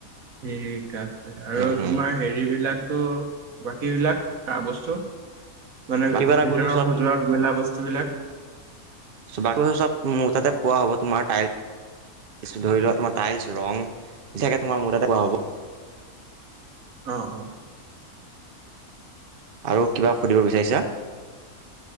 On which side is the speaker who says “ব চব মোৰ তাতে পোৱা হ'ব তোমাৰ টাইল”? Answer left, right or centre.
Right